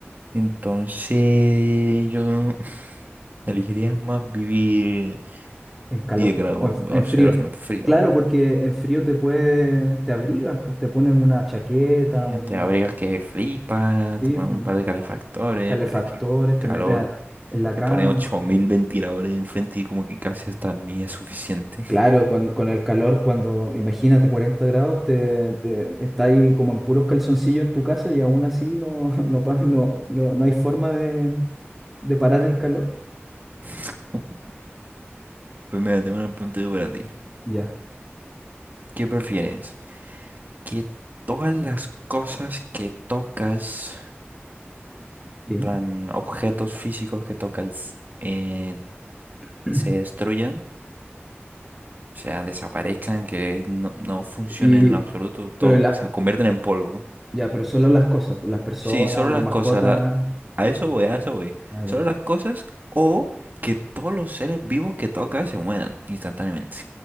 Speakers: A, on the right; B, in the centre.
A: Entonces yo <laughs> <sighs> elegiría más vivir
B: en
A: 10
B: calor
A: grados,
B: o en,
A: o
B: en frío.
A: sea, un frío,
B: Claro,
A: ¿no?
B: porque en frío te puede, te abrigas, pues te pones una chaqueta,
A: Eh,
B: un
A: Te abrigas que flipa,
B: sí,
A: te pones
B: pu,
A: un par de calefactores,
B: calefactores,
A: pero es que calor,
B: te metes a- en la
A: te
B: cama.
A: pones 8.000 ventiladores enfrente y como que casi hasta ni es suficiente.
B: Claro, cuan- con el calor, cuando imagínate 40 grados, te, te- está ahí como en puros calzoncillos en tu casa y aún así no, <laughs> no, pa- no, no, no hay forma de, de parar el calor.
A: <laughs> Pues mira, tengo una pregunta yo para ti.
B: Ya,
A: ¿Qué prefieres? ¿Que todas las cosas que tocas,
B: sí.
A: en plan objetos físicos que tocas, eh,
B: <clears throat>
A: se destruyan? O sea, desaparezcan, que no, no funcionen
B: Y,
A: en lo absoluto, todo,
B: pero la,
A: se convierten en polvo.
B: ya, pero solo las cosas, pues, las personas,
A: Sí, solo
B: las
A: las
B: mascotas.
A: cosas, la- a
B: No.
A: eso voy, a eso voy.
B: Ah,
A: Solo
B: ya.
A: las cosas o que todos los seres vivos que tocas se mueran instantáneamente.